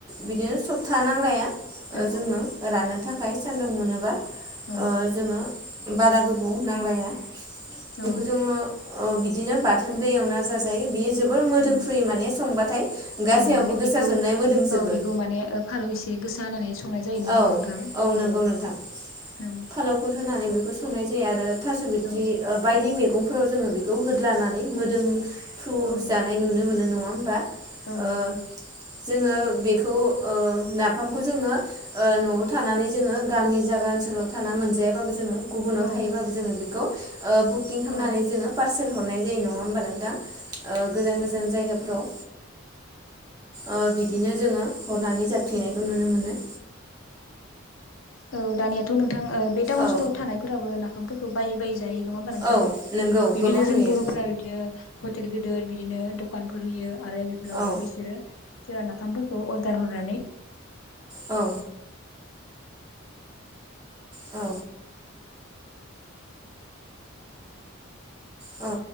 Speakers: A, on the right; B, on the left.
A: बिदिनो सप्ता नांलाया ओ
B: औ
A: जोङो राननो थाखाय थाखाय सान्दुं मोनोबा
B: औ
A: ओ जोङो बारा गोबाव नांलाया बेखौ
B: औ
A: जोङो बिदिनो बाथोनबो एवना जाजायो बेयो मोदोमफ्रुयो
B: औ
A: माने संबाथाय गासैयावबो
B: औ माने बेखौ
A: गोसार जोबनाय मोदोमजोबो
B: औ बेखौ माने ओ फालौ एसे गोसा होनानै संनाय जायो नङा
A: औ
B: होमबा नोंथां
A: औ
B: औ
A: नंगौ नोंथां
B: औ
A: फालौफोर होनानै बेखौ संनाय जायो आरो थास' बिथरि
B: औ
A: बायदि मैगंफोराव जोङो बेखौ होद्लानानै मोदोम थ्रु
B: औ
A: जानाय नुनो मोनो नङा होमबा
B: औ नंगौ
A: ओ जोङो बेखौ ओ नाफामखौ जोङो ओ न'आव थानानै
B: औ
A: जोङो गामि आ ओनसोलाव थाना मोनजाया बाबो जोङो गुबुनाव
B: औ
A: थायैबाबो जोङो बिखौ ओ बुकिं खामनानै
B: औ
A: जोङो पार्स सेल हरनाय जायो नङा होमबा नोंथा ओ गोजान गोजान जायगाफोराव ओ बिदिनो जोङो हरनानै जाबथिंनायखौ नुनो मोनो
B: औ दानियाथ' नोंथां ओ बे टाउन
A: औ
B: सहराव थानायफोराबो नाफामफोरखौ बायै बायै जायो नङा होमबा नोंथां
A: औ नंगौ
B: बिदिनो
A: गोबां नुयो
B: जों बर'फोरा बिदिनो हटेल गिदोर बिदिनो दकानफोर होयो आरो बेफोरावनो
A: औ
B: बिसोरो सोरा नाफामफोरखौ अर्डार हरनानै
A: औ औ औ